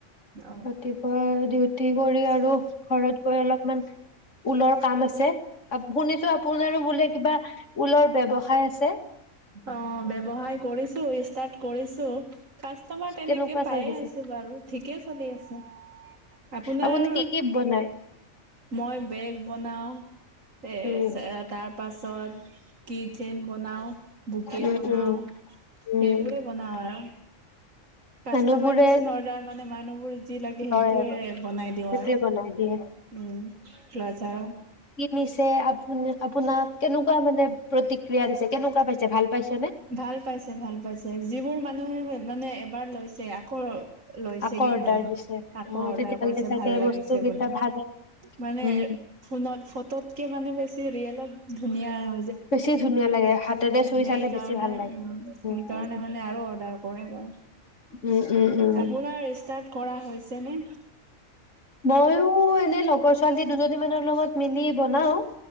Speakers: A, on the right; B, on the left.
A: অ
B: ৰাতিপুৱা ডিউটি কৰি আৰু ঘৰত গৈ অলপমান ঊলৰ কাম আছে। শুনিছো আপোনাৰো বোলে কিবা ফুলৰ ব্যৱসায় আছে?
A: অ' ব্যৱসায় কৰিছো, ষ্টাৰ্ট কৰিছো। কাষ্টমাৰ তেনেকে
B: কেনেকুৱা
A: পায়ে
B: চলিছে
A: আছো বাৰু ঠিক। ঠিকে চলি আছে। আপোনাৰ
B: আপুনি কি কি বনায়?
A: মই বেগ বনাওঁ, এ,
B: উম
A: তাৰ পাছত কি চেইন বনাওঁ। বোকে
B: উম
A: বনাওঁ
B: উম
A: সেইবোৰে
B: উম
A: বনাওঁ আৰু। কাষ্টমাইজেচন
B: মানুহবোৰে
A: অৰ্ডাৰ মানে মানুহবোৰ যি লাগে
B: হয়
A: সেইটোৱে
B: আৰু
A: বনাই দিওঁ
B: সেইটোয়ে
A: আৰু
B: বনাই দিয়ে
A: <inaudible>
B: নিচে আপোনাক আপোনাক কেনেকুৱা মানে প্ৰতিক্ৰিয়া দিছে। কেনেকুৱা পাইছে ভাল পাইছে নে
A: ভাল পাইছে, ভাল পাইছে যিবোৰ মানে মানুহে মানে এবাৰ লৈছে আকৌ লৈছেগে
B: আকৌ অৰ্ডাৰ
A: মানে
B: দিছে
A: আকৌ
B: অ
A: অৰ্ডাৰ
B: তেতিয়াহ'লে
A: কৰিছে
B: চাগে
A: ভাল লাগিছে
B: বস্তু কেইটা
A: বোলে
B: ভালে
A: মানে
B: উম
A: ফোনত ফটোতকে মানে বেছি ৰিয়েলত ধুনীয়াই অ,
B: বেছি ধুনীয়া লাগে হাতেৰে
A: উম,
B: চুই
A: সেইকাৰণে
B: চালে বেছি ভাল লাগে
A: -উম, সেইকাৰণে
B: উম উম
A: মানে আৰু বা অৰ্ডাৰ কৰে বা
B: উম উম উম
A: আপোনাৰ ষ্টাৰ্ট কৰা হৈছেনে?
B: ময়ো ও এনে লগৰ ছোৱালী দুজনী মানৰ লগত মিলি বনাও।